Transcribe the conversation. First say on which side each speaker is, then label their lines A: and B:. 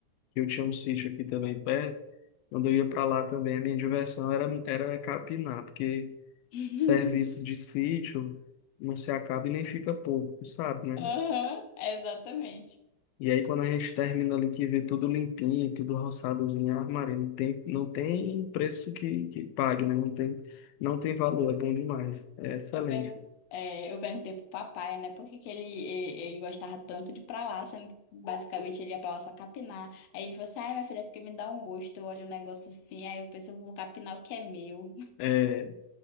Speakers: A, on the left; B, on the left.
A: que eu tinha um sítio aqui também perto. Quando eu ia para lá também, a minha diversão era, era capinar, porque
B: <laughs>
A: serviço de sítio não se acaba e nem fica pouco, tu sabe, né?
B: Aham, exatamente.
A: E aí, quando a gente termina ali que vê tudo limpinho, tudo roçadozinho, armário, não tem, não tem preço que, que pague, né? Não tem, não tem valor, é bom demais, é excelente.
B: Eu, pergun é, eu perguntei pro papai, né, por que que ele, e- ele gostava tanto de ir pra lá, sendo que basicamente ele ia pra lá só capinar. Aí ele falou assim, ai, minha filha, é porque me dá um gosto, eu olho o negócio assim, aí eu penso, eu vou capinar o que é meu.
A: É,